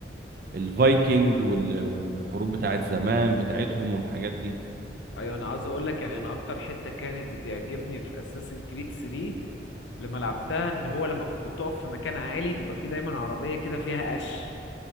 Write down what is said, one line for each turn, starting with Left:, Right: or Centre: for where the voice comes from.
Right: الفايكنج وال- والحروب بتاعت زمان بتاعتهم والحاجات دي
Left: ايوه انا عاوز اقول لك يعني انا اكتر حته كانت بتعجبني في اساسن كريد 3 لما لعبتها ان هو لما كنت بتقف في مكان عالي بيبقى فيه دايما عربيه كده فيها قش